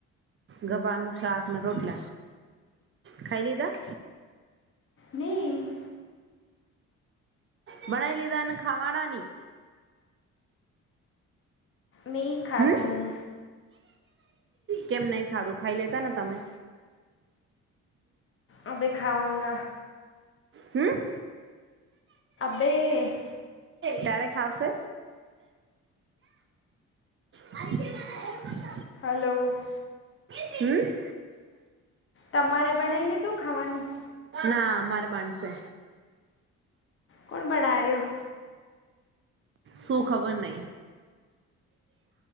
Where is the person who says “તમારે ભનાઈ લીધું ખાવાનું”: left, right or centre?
Left